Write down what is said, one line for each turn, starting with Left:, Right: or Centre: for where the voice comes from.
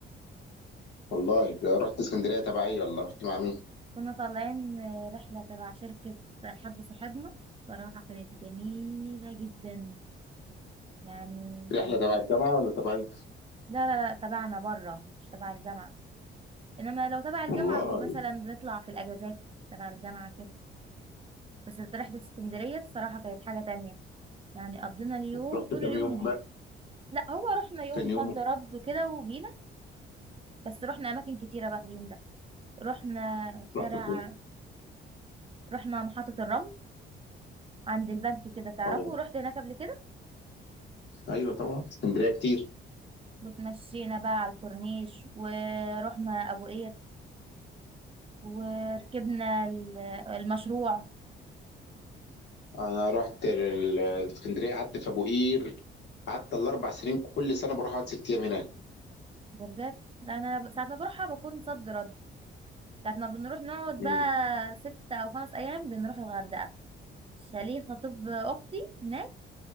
Left: والله رحت اسكندرية تبع ايه ولا رحت مع مين؟
Right: كنا طالعين آه، رحلة تبع شركة حد صاحبنا صراحة كانت جميلة جدا يعني
Left: رحلة
Right: كانت
Left: تبع
Right: تحفة.
Left: الجامعة ولا تبع ايه؟
Right: لا لا لا تبعنا بره مش تبع الجامعة انما لو تبع الجامعة
Left: والله
Right: مثلا بنطلع في الاجازات تبع الجامعة كده بس رحلة اسكندرية الصراحة كانت حاجة تانية يعني قضينا اليوم
Left: رحت
Right: طول
Left: كام
Right: اليوم
Left: يوم
Right: هناك
Left: بقى؟
Right: لا هو رحنا يوم
Left: كان يوم
Right: صد رد كده وجينا بس رحنا اماكن كتيره بقى في اليوم ده رحنا شارع
Left: رحت فين؟
Right: رحنا محطه الرمل عند البنك كده تعرفه
Left: طبعا
Right: رحت هناك قبل كده
Left: ايوه طبعا اسكندرية كتير
Right: وتمشينا بقى على الكورنيش ورحنا ابو قير وركبنا ال- المشروع
Left: انا رحت ال- اسكندرية قعدت في ابو قير قعدت الاربع سنين كل سنة بروح اقعد ست ايام هناك
Right: ده بجد لا انا ساعه ما بروحها بكون صد رد ساعه ما بنروح نقعد
Left: مم.
Right: بقى ست او خمس ايام بنروح الغردقه شاليه خطيب اختي هناك